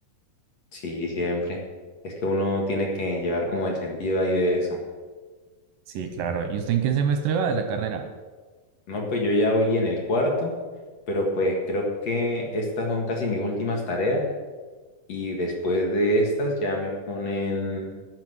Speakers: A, on the left; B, on the right.
A: Sí, siempre. Es que uno tiene que llevar como el sentido ahí de eso.
B: Sí, claro. ¿Y usted en qué semestre va de la carrera?
A: No, pues yo ya voy en el cuarto, pero pues creo que estas son casi mis últimas tareas y después de estas ya me ponen